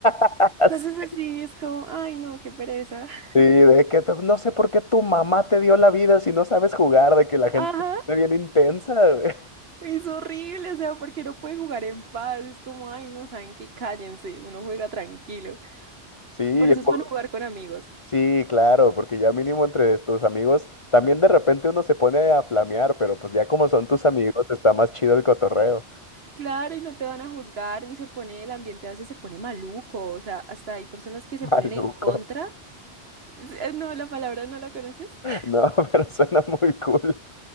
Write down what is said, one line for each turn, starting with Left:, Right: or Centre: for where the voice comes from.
Left: <laughs>
Right: Cosas así, es como, ay no, qué pereza.
Left: Sí,
Right: <laughs>
Left: de que te- no sé por qué tu mamá te dio la vida si no sabes jugar, de que la gente
Right: Ajá,
Left: se pone bien intensa, güey. <laughs>
Right: es horrible, o sea, porque no pueden jugar en paz, es como, ay no, saben que cállense, uno juega tranquilo.
Left: Sí,
Right: Por eso es
Left: por-
Right: bueno jugar con amigos.
Left: sí, claro, porque ya mínimo entre tus amigos, también de repente uno se pone a flamear, pero pues ya como son tus amigos, está más chido el cotorreo.
Right: Claro, y no te van a juzgar, ni se pone, el ambiente a veces se pone maluco, o sea, hasta hay personas
Left: <laughs>
Right: que se
Left: Maluco.
Right: ponen en contra. <laughs> No, la palabra no la conoces. <laughs>
Left: No, <laughs> pero suena muy cool.